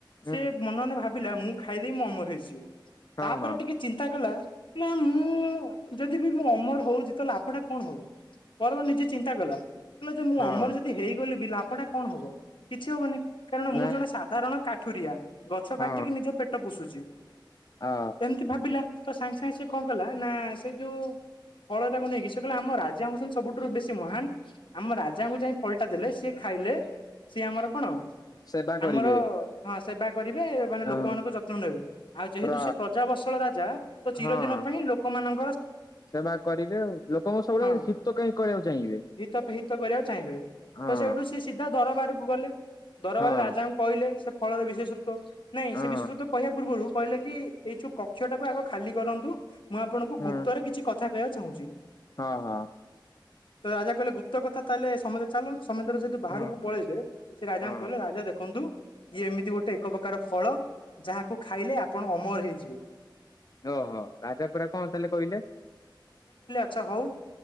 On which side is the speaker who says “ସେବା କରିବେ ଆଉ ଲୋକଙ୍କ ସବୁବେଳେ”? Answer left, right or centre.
Left